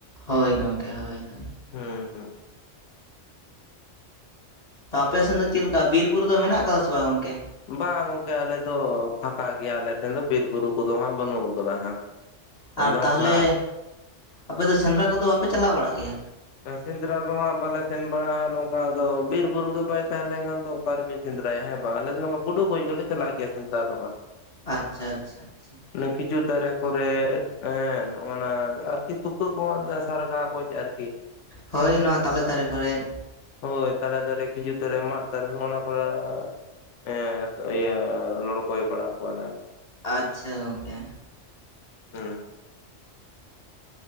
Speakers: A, on the left; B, on the left.
A: ᱦᱳᱭ ᱜᱚᱝᱠᱮ ᱦᱳᱭ ᱦᱳᱭ
B: ᱦᱩᱸ ᱦᱩᱸ
A: ᱛᱚ ᱟᱯᱮ ᱥᱮᱱ ᱫᱚ ᱪᱮᱞᱠᱟ ᱵᱤᱨ - ᱵᱩᱨᱩ ᱫᱚ ᱢᱮᱱᱟᱜ ᱠᱟᱫᱟ ᱥᱮ ᱵᱟᱝ ᱜᱚᱝᱠᱮ
B: ᱵᱟᱝᱟ ᱜᱚᱝᱠᱮ ᱟᱞᱮ ᱫᱚ ᱯᱷᱟᱠᱟ ᱜᱮᱭᱟᱞᱮ ᱴᱷᱮᱱ ᱫᱚ ᱵᱤᱨ - ᱵᱩᱨᱩ ᱠᱚᱫᱚ ᱦᱟᱸᱜ ᱵᱟᱹᱱᱩᱜ ᱟᱠᱟᱫᱟ ᱦᱟᱸᱜ ᱮᱠᱫᱚᱢ
A: ᱟᱨ ᱛᱟᱦᱞᱮ
B: ᱯᱷᱟᱸᱠ
A: ᱟᱯᱮ ᱫᱚ ᱥᱮᱸᱫᱽᱨᱟ ᱠᱚᱫᱚ ᱵᱟᱯᱮ ᱪᱟᱞᱟᱣ ᱵᱟᱲᱟᱜ ᱜᱮᱭᱟ
B: ᱥᱮᱸᱫᱽᱨᱟ ᱫᱚ ᱦᱟᱸᱜ ᱵᱟᱞᱮ ᱥᱮᱱ ᱵᱟᱲᱟᱜ-ᱟ ᱱᱚᱝᱠᱟ ᱟᱫᱚ ᱵᱤᱨ ᱵᱩᱨᱩ ᱜᱮ ᱵᱟᱭ ᱛᱟᱦᱮᱸ ᱞᱮᱱᱠᱷᱟᱱ ᱫᱚ ᱚᱠᱟ ᱨᱮ ᱵᱤᱱ ᱥᱮᱸᱫᱽᱨᱟᱭᱟ ᱦᱮᱸ ᱵᱟᱝ ᱟᱞᱮ ᱫᱚ ᱱᱚᱣᱟ ᱜᱩᱰᱩ ᱜᱚᱡ ᱜᱮᱞᱮ ᱪᱟᱞᱟᱜ ᱜᱮᱭᱟ ᱥᱮᱸᱫᱽᱨᱟ ᱫᱚ ᱦᱟᱸᱜ
A: ᱟᱪᱪᱷᱟ ᱟᱪᱪᱷᱟ ᱟᱪᱪᱷᱟ
B: ᱠᱷᱤᱡᱩᱨ ᱫᱟᱨᱮ ᱠᱚᱨᱮ ᱮᱸ ᱱᱚᱜ ᱱᱟ ᱟᱨᱠᱤ ᱛᱩᱠᱟᱹ ᱠᱚᱦᱚᱸ ᱥᱟᱨᱜᱟ ᱜᱚᱡ ᱟᱨᱠᱤ
A: ᱦᱳᱭ ᱱᱚᱣᱟ ᱛᱟᱞᱮ ᱫᱟᱨᱮ ᱠᱚᱨᱮᱫ
B: ᱦᱳᱭ ᱛᱟᱞᱮ ᱫᱟᱨᱮ, ᱠᱷᱤᱡᱩᱨ ᱫᱟᱨᱮ, ᱢᱟᱫ ᱫᱟᱨᱮ ᱱᱚᱜ ᱚᱱᱟ ᱠᱚᱨᱮ ᱦᱮᱸ ᱤᱭᱟᱹ ᱞᱚᱲᱠᱚᱭ ᱵᱟᱲᱟ ᱠᱚᱣᱟᱞᱮ ᱟᱨᱠᱤ
A: ᱟᱪᱪᱷᱟ ᱜᱚᱝᱠᱮ
B: ᱦᱩᱸ